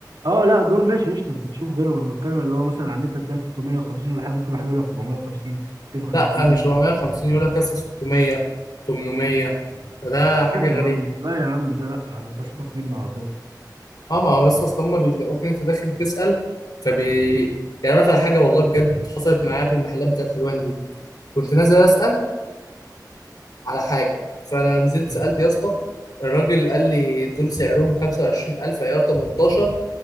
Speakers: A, on the right; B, on the left.
A: اه لا دول ماشي قشطه انت تشوف غيرهم انا بتكلم اللي هو مثلا على النت هتلاقي 350 ولا حاجه ممكن واحد يقول لك 450 250
B: لا مش
A: فاهم
B: 450 يقول لك لسه 600 800 فده حاجه
A: لا
B: غريبه
A: يا عم لا يا عم ده لا ده سيبك منه على طول
B: اه ما هو يا اسطى اصل هم بيلاقوك انت داخل تسأل فبي يعني اقول لك على حاجه والله بجد حصلت معايا في المحلات بتاعت حلوان دي كنت نازل اسأل على حاجه فانا نزلت
A: مم.
B: سألت يا اسطى الراجل قال لي دول سعرهم 25000 عيار 18